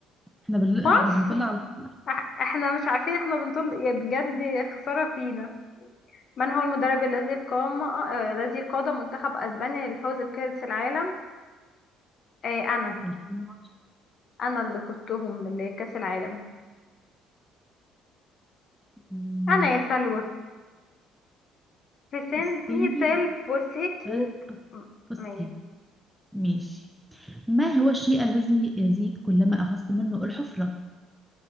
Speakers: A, in the centre; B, on the left.
A: احنا بل...
B: مصر
A: احنا بنطلع على البحر الاحمر
B: أح- احنا مش عارفين احنا بنطل يا بجد خسارة فينا من هو المدرب الذي قام آه، الذي قاد منتخب اسبانيا للفوز بكأس العالم آه انا
A: 2010
B: انا اللي قودتهم لكأس العالم
A: مم.
B: انا يا سلوى فيسنتي
A: استني
B: تيل بوسيكي
A: آه، بوكس-
B: م-
A: بوسكي
B: مية
A: ماشي ما هو الشيء الذي يزيد كلما أخذت منه الحفرة